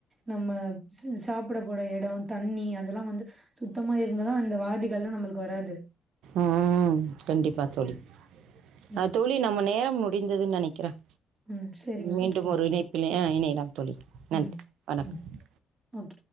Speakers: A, on the right; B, on the right.
A: நம்ம <unintelligible> சாப்பிட போட எடோ தண்ணி அதெலா வந்து சுத்தமா இருந்தா தா அந்த வாதிகல்லா நம்மளுக்கு வராது
B: ம் கண்டிப்பா தோழி
A: ம்,
B: அ தோலி நம்ம நேரம் அப்டிந்தது நெனக்கிறேன்
A: ம். சரிங்க.
B: மீண்டும்
A: ஓகேவா.
B: ஒரு இணைப்பில ஆ இணையலாம் தோலி நன்றி
A: ம்,
B: வணக்கம்
A: ம். ஓகே.